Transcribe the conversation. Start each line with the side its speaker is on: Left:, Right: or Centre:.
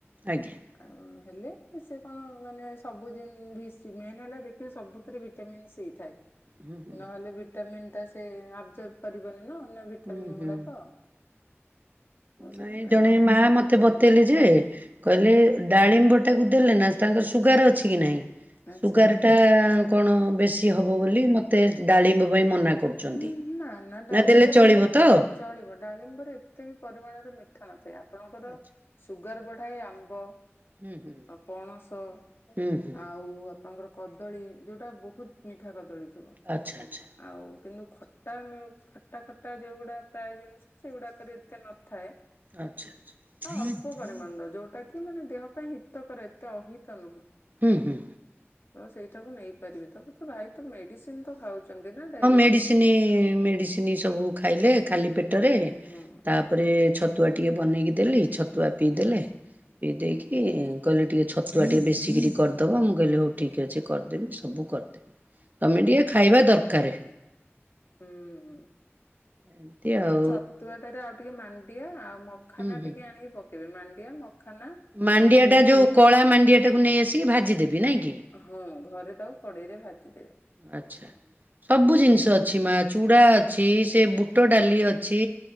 Right: ଆଜ୍ଞା
Left: ଆଉ ହେଲେ ସେ କଣ ମାନେ ସବୁଦିନ ଭ ମେନ୍ ହେଲା ଦେଖି ସବୁଥିରେ ଭିଟାମିନ୍ ସି ଥାଏ
Right: ହୁଁ ହୁଁ
Left: ନହେଲେ ଭି ଭିଟାମନ୍ ଟା ସେ ଆବଜର୍ଭ କରିବନି ନା ଅନ୍ୟ ଭିଟାମିନ୍
Right: ହୁଁ ହୁଁ
Left: ଗୁଡାକ ଆଉ ସେଥିପାଇଁ
Right: ନାଇଁ ଜଣେ
Left: ଥାଏ
Right: ମା ମତେ ମତେ ବତେଇଲେ ଯେ କହିଲେ ଡାଳିମ୍ବଟାକୁ ଦେଲେ ନା ତାଙ୍କର ସୁଗାର ଅଛି କି ନାହିଁ।
Left: ଆଚ୍ଛା
Right: ସୁଗାର ଟା କଣ ବେଶୀ ହବ ବୋଲି ମତେ ଡାଳିମ୍ବ ପାଇଁ ମନା କରୁ ଚନ୍ତି
Left: ଉଁ ନା ଡାଳିମ୍ବରେ
Right: ନା ଦେଲେ ଚଳିବ ତ।
Left: ଚଳିବ ଡାଳିମ୍ବରେ ଏତେ ବି ପରିମାଣର ମିଠା ନଥାଏ ଆପଣଙ୍କର
Right: ଆଚ୍ଛା
Left: ସୁଗାର ବଢାଏ ଆମ୍ବ
Right: ହୁଁ ହୁଁ
Left: ପଣସ
Right: ହୁଁ ହୁଁ।
Left: ଆଉ ଆପଣଙ୍କର କଦଳୀ ଯଉଟା ବହୁତ ମିଠା କଦଳୀ ଥିବ
Right: ଆଚ୍ଛା ଆଚ୍ଛା ଆଚ୍ଛା
Left: ଆଉ କିନ୍ତୁ ଖଟା ଖଟା ଖଟା ଯୋଉଗୁଡା ପ୍ରାୟ ଜିନିଷ ସେଗୁଡାକରେ ଏତେ ନଥାଏ।
Right: ଆଚ୍ଛା ଆଚ୍ଛା
Left: ହଁ ଅଳ୍ପ ପରିମାଣର ଯୋଉଟା କି ମାନେ ଦେହ ପାଇଁ ହିତକର ଏତେ ଅହିତ ନୁହେଁ।
Right: ହୁଁ ହୁଁ
Left: ହଁ ସେଇଟାକୁ ନେଇପାରିବେ ତା ପରେ ତୋ ଭାଇ ତ ମେଡିସିନ ତ ଖାଉଛନ୍ତି ନା ଡାଇବେଟ
Right: ମେଡିସିନି ମେଡିସିନି ସବୁ ଖାଇଲେ ଖାଲି ପେଟରେ
Left: ହୁଁ
Right: ତା ପରେ ଛତୁଆ ଟିକେ ବନେଇକି ଦେଲି ଛତୁଆ ପିଇଦେଲେ। ପିଇ ଦେଇକି କହିଲେ ଟିକେ ଛତୁଆ ଟିକେ ବେଶିକିରି କରିଦେବ ମୁଁ କହିଲେ ହଉ ଠିକ୍ ଅଛି କରିଦେବି ସବୁ କରଦେବ ତମେ ଟିକେ ଖାଇବା ଦରକାରେ।
Left: ହୁଁ ହୁଁ
Right: ଏମିତି
Left: ତାପରେ
Right: ଆଉ
Left: ଛତୁଆଟାରେ ଆଉ ଟିକେ ମାଣ୍ଡିଆ ଆଉ ମ ଖାନା
Right: ହୁଁ ହୁଁ
Left: ଟିକେ ଆଣିକି ପକେଇବେ ମାଣ୍ଡିଆ ମଖାନା
Right: ମାଣ୍ଡିଆ
Left: ସେ
Right: ଟା ଯୋଉ କଳା ମାଣ୍ଡିଆଟାକୁ ନେଇ ଆସିକି ଭାଜିଦେବି ନାଇଁକ କି?
Left: ହୁଁ ଘରେ ତାକୁ କଡେଇରେ ଭାଜିଦେବେ।
Right: ଆଛା ସବୁ
Left: ଭାଜିକି
Right: ଜିନିଷ ଅଛ ଛି ମା ଚୁଡ଼ା ଅଛି ସେ ବୁଟ ଡାଲି ଅଛି।